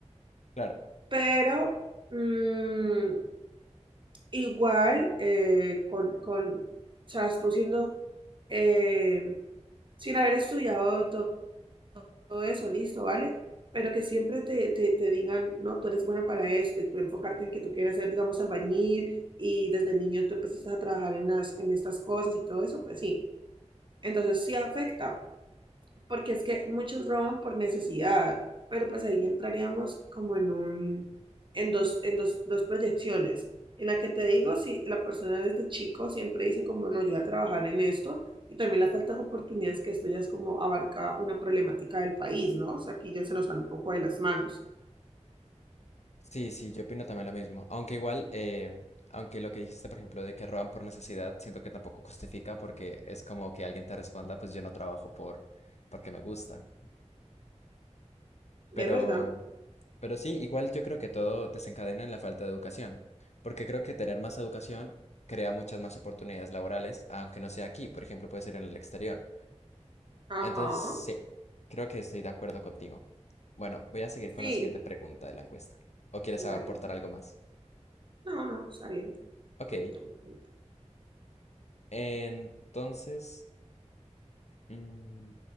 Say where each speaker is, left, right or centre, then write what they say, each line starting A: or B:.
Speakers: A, on the left (about 65°); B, on the right (about 40°).
A: Claro.
B: Pero... mm, Igual, eh, con, con, o sea, tú siendo, eh, sin haber estudiado to- todo, eso, listo, ¿vale? Pero que siempre te, te, te digan, no, tú eres bueno para esto y tú enfocarte en que tú quieres ser, digamos, albañil y desde niño tú empezaste a trabajar en las, en estas cosas y todo eso, pues sí. Entonces sí afecta porque es que muchos roban por necesidad, pero pues ahí entraríamos como en un, en dos, en dos, dos proyecciones. En la que te digo, si la persona desde chico siempre dice como, no, yo voy a trabajar en esto, y también las faltas de oportunidades, que esto ya es como abarca una problemática del país, ¿no? O sea, aquí ya se nos sale un poco de las manos.
A: Sí, sí, yo opino también lo mismo. Aunque igual, eh, aunque lo que dijiste, por ejemplo, de que roban por necesidad, siento que tampoco justifica porque es como que alguien te responda, pues yo no trabajo por porque me gusta.
B: ¿Es
A: Pero,
B: verdad?
A: pero sí, igual yo creo que todo desencadena en la falta de educación, porque creo que tener más educación crea muchas más oportunidades laborales, aunque no sea aquí, por ejemplo, puede ser en el exterior.
B: Ajá.
A: Entonces, sí, creo que estoy de acuerdo contigo. Bueno, voy a seguir con
B: Sí,
A: la siguiente pregunta de la encuesta. ¿O quieres
B: bueno.
A: aportar algo más?
B: No, no, está bien.
A: Ok.
B: Cuéntame, cuéntame.
A: Entonces, mm,